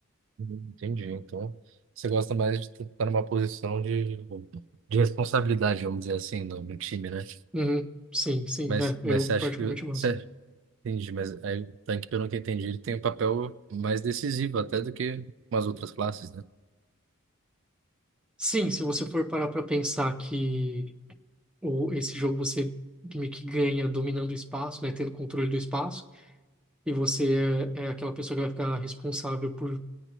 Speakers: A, on the right; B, in the centre.
A: Uhum, Entendi. Então, você gosta mais de estar numa posição de, de responsabilidade, vamos dizer assim, no, no time, né?
B: Uhum. Sim, sim,
A: Mas,
B: é,
A: mas
B: eu
A: você
B: particularmente
A: acha que... o-
B: gosto.
A: Você, entendi, mas aí o tanque, pelo que eu entendi, ele tem um papel mais decisivo até do que umas outras classes, né?
B: Sim, se você for parar para pensar que o, esse jogo você meio que ganha dominando o espaço, né, tendo controle do espaço, e você é, é aquela pessoa que vai ficar responsável por